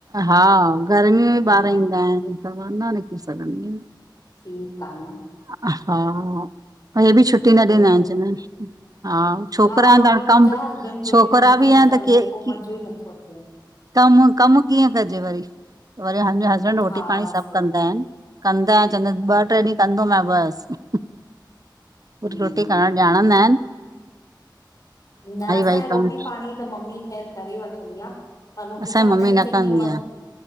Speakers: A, on the right; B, on the left.
A: हा गर्मियूंन में
B: हा
A: ॿारु ईंदा आहिनि त न मा निकिरी सॻिंदी अयां।
B: ठीकु आ न
A: हा, कल बि छुट्टी न
B: पोइ
A: ॾिननसि। हिननि हा छोकिरा
B: हा
A: अनि त हाणे
B: ईअं मुंहिंजा
A: कमु
B: हसबैंड जोइन
A: छोकिरा
B: न ॾींदा
A: बि
B: आहिनि
A: आहिन
B: चवंदा
A: त के
B: आहिनि पोइ
A: कि
B: मज़ो ई नथो अचे
A: कमु, कमु कीअं कजे वरी, वरी हंद-हद र रोटी
B: हा
A: पाणी सभु
B: सही
A: कंदा
B: ॻाल्हि
A: आहिनि, कंदा आहिन चवंदा इन ॿ
B: आहे
A: ट्रे ॾींहुं कंदो नाये बसि पुट्र
B: हम्म
A: रोटी करुण ॼाणंद इन
B: न असांजे
A: वाई
B: रोटी
A: कमु
B: पाणी त मम्मी ख़ैरु करे वठंदी आ। पर मूखे
A: असांजी
B: चवंदा
A: मम्मी
B: आहिनि
A: न
B: चइंदी।
A: कंदी
B: अयां म
A: आ